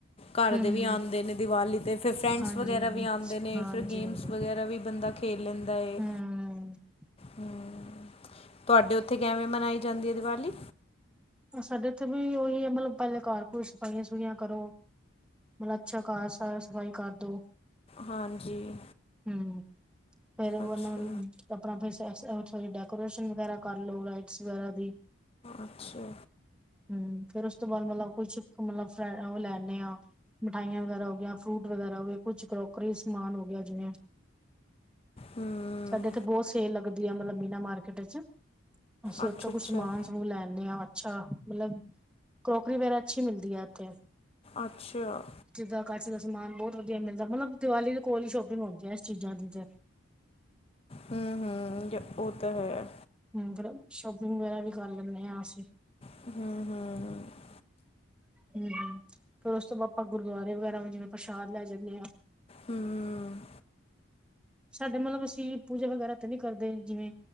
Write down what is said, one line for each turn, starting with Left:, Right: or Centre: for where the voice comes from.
Left: ਘਰ
Centre: ਹੂੰ
Left: ਦੇ ਵੀ ਆਉਂਦੇ ਨੇ ਦਿਵਾਲੀ ਦੇ ਫਿਰ ਫਰੈਂਡਸ
Centre: ਹਾਂਜੀ
Left: ਵਗੈਰਾ
Centre: ਹਾਂਜੀ
Left: ਵੀ ਆਉਂਦੇ ਨੇ
Centre: ਹਾਂਜੀ
Left: ਫਿਰ ਗੇਮਸ
Centre: ਹਾਂਜੀ
Left: ਵਗੈਰਾ ਵੀ ਬੰਦਾ ਖੇਲਦਾ ਹੈ
Centre: ਹੂੰ
Left: ਹਮ ਤੁਹਾਡੇ ਉੱਥੇ ਕਿਵੇਂ ਮਨਾਈ ਜਾਂਦੀ ਹੈ ਦੀਵਾਲੀ
Centre: ਸਾਡੇ ਇੱਥੇ ਵੀ ਉਹੀ ਹੈ ਮਤਲਬ ਪਹਿਲੇ ਘਰ ਕੋਈ ਸਫਾਈਆਂ ਸਫੂਈਆਂ ਕਰੋ ਮਤਲਬ ਅੱਛਾ ਕਾਰ ਸ ਸਫ਼ਾਈ ਕਰਦੋ
Left: ਹਾਂਜੀ
Centre: ਹਮ ਫੇਿਰ ਉਹਨਾਂ
Left: ਅੱਛਾ
Centre: ਆਪਣਾ ਫ ਸੋਰੀ ਡੈਕੋਰੇਸ਼ਨ ਵਗੈਰਾ ਕਰ ਲੋ ਲਾਈਟਸ ਵਗੈਰਾ ਦੀ
Left: ਅੱਛਾ
Centre: ਹਮ ਫੇਰ ਉਸ ਤੋਂ ਬਾਅਦ ਮਤਲਬ ਕੁੱਛ ਮਤਲਬ ਫ ਉਹ ਲੈਂਦੇ ਆਂ ਮਿਠਾਈਆਂ ਵਗੈਰਾ ਹੋਗਆਂ ਫਰੂਟ ਵਗੈਰਾ ਹੋ ਗਏ ਕੁਛ ਕਰੋਕਰੀ ਸਮਾਨ ਹੋ ਗਿਆ ਜਿਵੇਂ
Left: ਹੂੰ
Centre: ਸਾਡੇ ਇੱਥੇ ਬਹੁਤ ਸੇਲ ਲੱਗਦੀ ਆ ਮਤਲਬ ਮੀਨਾ ਮਾਰਕੀਟ ਚ ਅਸੀਂ
Left: ਅੱਛਾ
Centre: ਉੱ ਤਾਂ ਕੁਛ
Left: ਅੱਛਾ
Centre: ਸਮਾਨ ਸਮੂਨ ਲੈਂਦੇ ਹਾਂ ਅੱਛਾ ਮਤਲਬ ਕਰੋਕਰੀ ਵਗੈਰਾ ਅੱਛੀ ਮਿਲਦੀ ਆਥੇ
Left: ਅੱਛਾ
Centre: ਦਾ ਕੱਚ ਦਾ ਸਮਾਨ ਬਹੁਤ ਵਧੀਆ ਮਿਲਦਾ ਮਤਲਬ ਦੀਵਾਲੀ ਦੇ ਕੋਲ ਹੀ ਸ਼ੋਪਿੰਗ ਹੁੰਦੀ ਹੈ ਇਸ ਚੀਜ਼ਾਂ ਦੀ ਤੇ
Left: ਹਮ-ਹਮ ਉਹ ਤਾਂ ਹੈ
Centre: ਮ ਮਤਲਬ ਸ਼ੋਪਿੰਗ ਵਗੈਰਾ ਵੀ ਕਰ ਲੈਂਦੇ ਹਾਂ ਅਸੀਂ
Left: ਹਮ-ਹਮ-ਹਮ
Centre: ਹਮ ਹਮ ਫੇਰ ਉਸ ਤੋਂ ਬਾਅਦ ਆਪਾਂ ਗੁਰਦੁਆਰੇ ਵਗੈਰਾ ਜਿਵੇਂ ਪ੍ਰਸ਼ਾਦ ਲੈ ਜਾਂਦੇ ਹਾਂ
Left: ਹੂੰ
Centre: ਸਾਡੇ ਮਤਲਬ ਅਸੀਂ ਪੂਜਾ ਵਗੈਰਾ ਤੇ ਨ ਨਹੀਂ ਕਰਦੇ ਜਿਵੇਂ